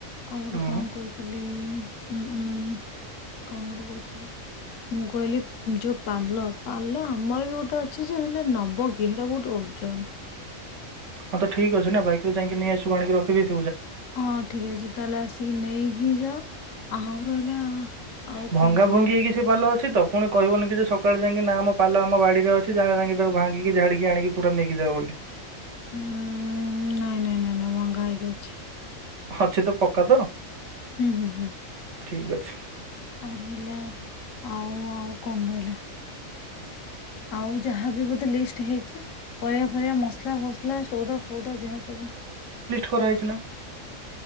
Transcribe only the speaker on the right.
ହୁଁ
ହଁ ତ ଠିକ ଅଛି ନାାଇକରେ ଯାଇକି ନେଇ ଆସୁ ଆଣି ରଖି ଦେଇେଇ
ଭଙ୍ଗା
ଭଙ୍ଗି
ହେଇକି ସେ ପାଲ ଅଛି ତ ପୁଣି କହିବନି କି ଯେ ସକାଳେ ଯାଇକି ଆମ ପାଲ ଆମ ବାଡିରେ ଅଛି ଯା ଯାଇକି ତାକୁ ଭାଙ୍ଗିକି ଝାଡିକି ଆଣିକି ପୁରା ନେଇକି ଯାଉ ବୋଲି।
ଅଛି ତ ପକ୍କା ତ।
ଠିକ୍ ଅଛି।
କରହେଇଥିଲା।